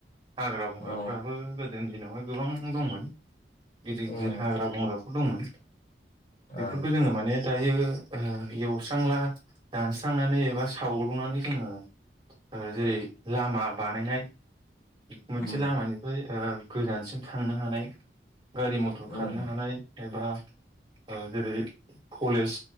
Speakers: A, on the right (about 30°); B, on the left (about 45°).
A: हाग्रा बंग्राफ्राबो
B: अ
A: गो जोंनि दिनावहाय गोबां दंमोन। गिदिर गिदिर
B: उम
A: हाग्रा बंग्रा दंमोन। बेफोरखौ
B: आ
A: जोङो माने दायो ओ एवस्रांला दानस्रांनानै एबा सावग्लुंनानै जोङो ओ जेरै लामा बानायनाय मोनसे
B: उम
A: लामानिफ्राय ओ गोजानसिम थांनो हानाय गारि मथर खारनो
B: उम
A: हानाय एबा ओ जेरै कलेज